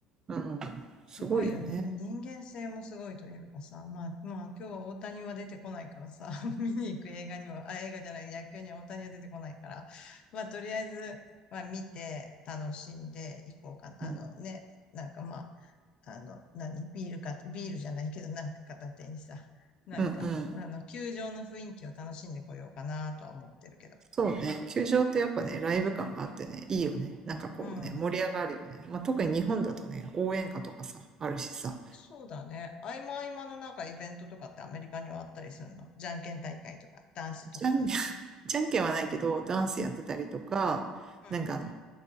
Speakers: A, on the right (about 30°); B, on the left (about 50°).
A: うん。すごいよね。
B: すごいよね。人間性もすごいというかさ、まあ、まあ、今日は大谷は出てこないからさ、<laughs> 見に行く映画には、あ、映画じゃない、野球には大谷は出てこないから、まあ、とりあえず、まあ、見て、楽しんでいこうかな。あのね、
A: うん。
B: なんかまあ、あの、何ビールか、ビールじゃないけど、なんか片手にさ、なんか、
A: うんうん。
B: あの、球場の雰囲気を楽しんでこようかなとは思ってるけど。
A: そうね。球場ってやっぱね、ライブ感があってね、いいよね。なんかこうね、
B: うん。
A: 盛り上がるよね。まあ、特に日本だとね、応援歌とかさ、あるしさ。
B: そうだね。合間合間のなんかイベントとかってアメリカにはあったりするのじゃんけん大会とか、ダンスとか。
A: ジャンじゃんけんはないけど、ダンスやってたりとか、
B: うん。
A: なんかあの、